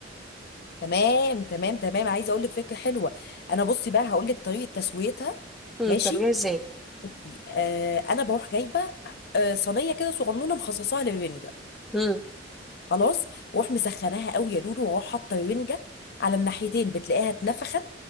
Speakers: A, on the left; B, in the centre.
A: تمام تمام تمام عايزه اقول لك فكره حلوه انا بصي بقى هقول لك طريقه تسويتها
B: امم
A: ماشي
B: بتعمليها ازاي
A: بصي آه انا بروح جايبه آه صينيه كده صغنونه مخصصاها للرنجه
B: امم
A: خلاص واروح مسخناها قوي يا لولو واروح حاطه رنجه على الناحيتين بتلاقيها اتنفخت